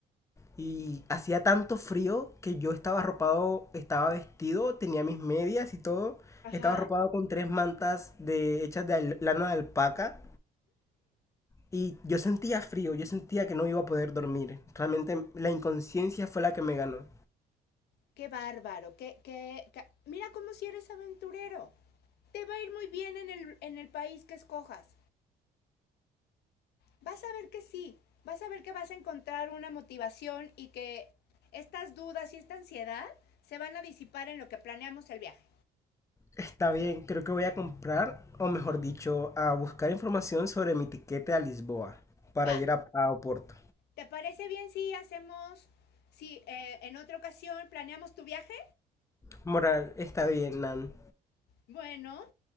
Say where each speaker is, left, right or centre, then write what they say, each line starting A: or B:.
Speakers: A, on the left (about 15°); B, on the left (about 75°).
A: Y hacía tanto frío que yo estaba arropado, estaba vestido, tenía mis medias y todo.
B: Ajá.
A: Estaba arropado con tres mantas de, hechas de al- lana de alpaca y yo sentía frío, yo sentía que no iba a poder dormir. Realmente la inconsciencia fue la que me ganó.
B: Qué bárbaro, qué, qué, ca- mira cómo si eres aventurero. Te va a ir muy bien en el, en el país que escojas. vas a ver que sí, vas a ver que vas a encontrar una motivación y que estas dudas y esta ansiedad se van a disipar en lo que planeamos el viaje.
A: Está bien, creo que voy a comprar, o mejor dicho, a buscar información sobre mi tiquete a Lisboa para
B: Va,
A: ir a, a Oporto.
B: ¿te parece bien si hacemos, si eh, en otra ocasión planeamos tu viaje?
A: Moral, está bien, Nan.
B: Bueno,